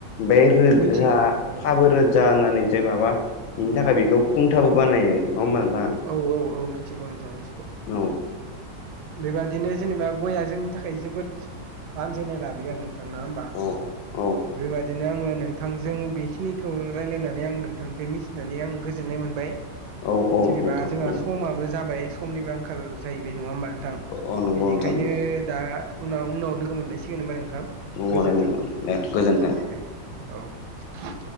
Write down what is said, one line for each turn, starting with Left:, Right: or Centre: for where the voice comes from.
Left: बे रोजा
Right: मिथिगौ औ
Left: थाबो रोजा होननानै जे माबा बिनि थाखाय बेखौ थाबो बानायो नङा होमबा नोंथां।
Right: औ औ औ मिथिगौ नोंथां मिथिगौ।
Left: औ
Right: बेबादिनो जेनेबा गयया जोंनि थाखाय जोबोद बानजायनाय लाबोयो आरो <unintelligible> होमबा
Left: औ औ
Right: बेबायदिनो आङो नों नोंथांजों बेखिनिखौ रायज्लायनानै आं नोंथांनिफ्राय मिथिनानै आं गोजोननाय मोनबाय।
Left: औ औ
Right: जेनेबा
Left: नोंथां
Right: जोंहा
Left: औ
Right: समाबो जाबाय समनिबो आंखाल जाहैबाय नङा होमबा नोंथां।
Left: अ नंगौ
Right: बेनिखायनो
Left: नोंथा नंगौ।
Right: दा उनाव उनाव लोगो मोनलायसिगोन नबा नोंथां
Left: नंगौ
Right: गोजोनथों
Left: दे नंगौ दे गोजोन्थों
Right: औ दे। औ